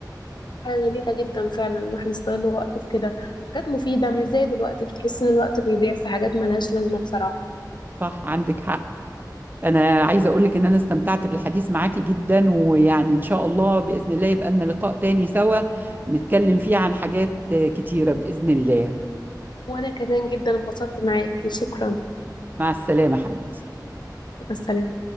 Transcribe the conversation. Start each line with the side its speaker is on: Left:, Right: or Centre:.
Left: حاجة جميلة جدا فعلا الواحد يستغل وقته في كده حاجات مفيدة مش زي دلوقتي بتحس ان الوقت بيضيع في حاجات ملهاش لازمة بصراحة
Right: صح عندك حق انا عايزه اقول لك ان انا استمتعت بالحديث معاكي جدا ويعني ان شاء الله باذن الله يبقى لنا لقاء تاني سوا نتكلم فيه عن حاجات كتيره باذن الله
Left: وانا كمان جدا انبسطت معاكي شكرا
Right: مع السلامه حبيبي
Left: مع السلامة